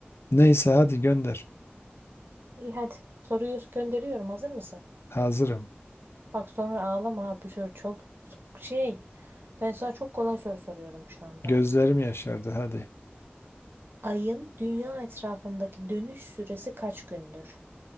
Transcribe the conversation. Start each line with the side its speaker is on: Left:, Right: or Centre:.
Left: Neyse hadi gönder.
Right: İyi hadi. Soruyu gönderiyorum. Hazır mısın?
Left: Hazırım.
Right: Bak sonra ağlama. ha, Bu soru çok şey. Ben sana çok kolay soru soruyorum şu anda.
Left: Gözlerim yaşardı hadi.
Right: Ayın dünya etrafındaki dönüş süresi kaç gündür?